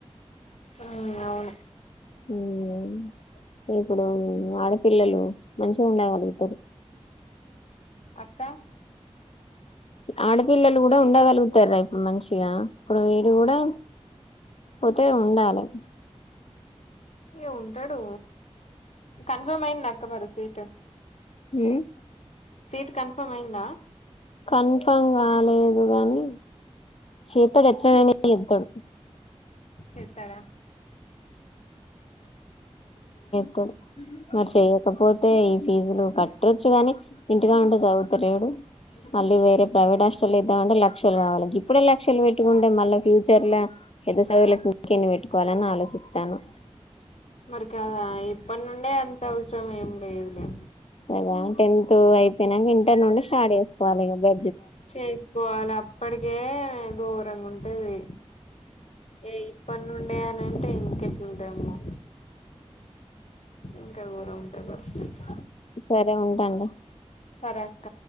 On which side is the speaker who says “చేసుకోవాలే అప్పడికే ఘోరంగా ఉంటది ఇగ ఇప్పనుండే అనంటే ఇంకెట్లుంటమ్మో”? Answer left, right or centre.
Left